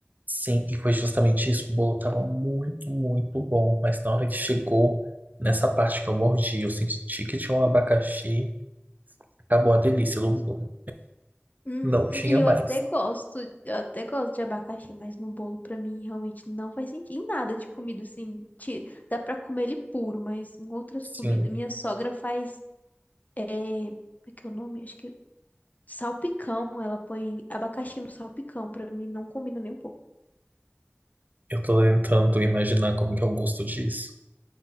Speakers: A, on the right; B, on the left.
A: Sim, e foi justamente isso. O bolo tava muito, muito bom, mas na hora que chegou nessa parte que eu mordi, eu senti que tinha um abacaxi, acabou a delícia do bolo.
B: Hum,
A: Não
B: hum,
A: tinha
B: e eu
A: mais.
B: até gosto, eu até gosto de abacaxi, mas no bolo pra mim realmente não faz sentido. Em nada de comida, assim, ti- dá pra comer ele puro, mas em outras
A: Sim,
B: comidas, minha sogra faz, é, como é que é o nome? Acho que salpicão, ela põe abacaxi no salpicão, pra mim não combina nem um pouco.
A: eu tô tentando imaginar como que é o gosto disso.